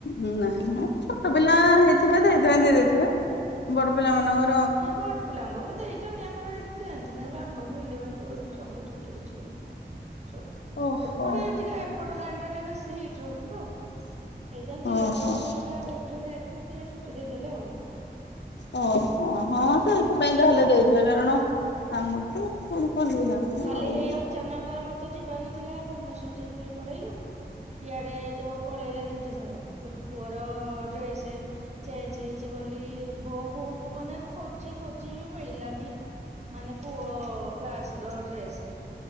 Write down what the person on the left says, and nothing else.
ହୁଁ ନାହିଁ ଛୋଟ ପିଲା ହେଇଥିବେ ସେଇଥୀପାଇଁ ଦେଇଦେଇଥିବେ ଥିବେ ବଡ ପିଲାମାନଙ୍କର
ଓହୋ
ଓହୋ
ଓହୋ ହଁ ତ ଏଇଥିପାଇଁ ତା ହେଲେ ଦେଇଥିବ କାରଣ ଆମ ତ ସ୍କୁଲ ଖୋଲି ଯାଏ
ଆଉ